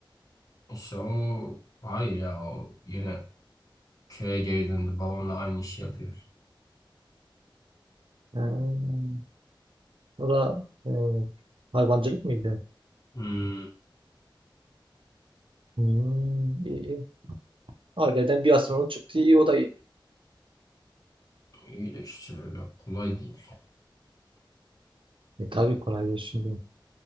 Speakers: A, on the left; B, on the right.
A: İşte o hayır ya o yine köye geri döndü babamla aynı işi yapıyor.
B: Ee, o da e, hayvancılık mıydı?
A: Hmm,
B: Hmm, iyi, iyi. Aileden bir astronot çıktı. iyi o da iyi.
A: iyi de işte öyle kolay değil.
B: E, tabii kolay değil şimdi.